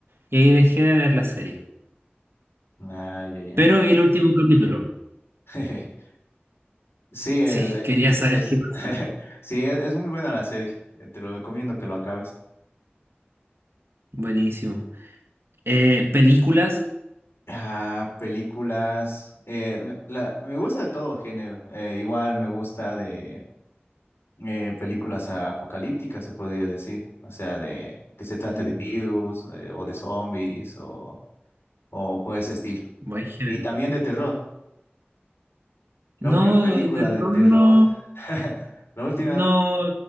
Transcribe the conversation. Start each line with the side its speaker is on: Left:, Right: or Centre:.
Right: y ahí dejé de ver la serie.
Left: Ah, ya, ya.
Right: Pero vi el último capítulo.
Left: <laughs> Sí, el,
Right: Sí, <laughs>
Left: e,
Right: quería
Left: es,
Right: saber
Left: es-
Right: qué pasa.
Left: <laughs> sí, es, es muy buena la serie. Eh, Te lo recomiendo que lo acabes.
Right: Buenísimo. Eh, ¿películas?
Left: Ah, películas. eh, me, la- me gusta de todo género. Eh, igual me gusta de eh, películas apocalípticas, se podría decir. O sea, de que se trate
Right: Mm,
Left: de virus eh, o de zombies o, o por ese estilo.
Right: Buen género.
Left: Y también de terror. La última
Right: No,
Left: película
Right: de
Left: de
Right: terror
Left: terror.
Right: no,
Left: <laughs> La última,
Right: no,